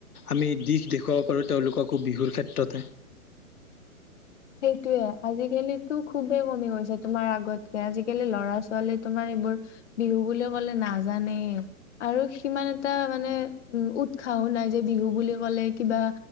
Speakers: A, on the left; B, on the left.
A: আমি দিশ দেখুৱাব পাৰোঁ তেওঁলোককো বিহুৰ ক্ষেত্ৰতে।
B: সেইটোয়ে আজিকালিটো খুবেই কমি গৈছে, তোমাৰ আগতকে আজিকালি ল'ৰা ছোৱালী তোমাৰ এইবোৰ বিহু বুলি কলে নাজানেই। আৰু সিমান, এটা মানে উ উৎসাহো নাই যে বিহু বুলি ক'লে কিবা